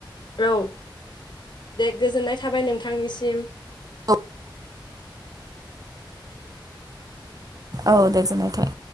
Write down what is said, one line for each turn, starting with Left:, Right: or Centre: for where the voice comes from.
Left: औ दे गोजोननाय थाबाय नोंथांनिसिम।
Right: औ औ दे जागोन नोंथां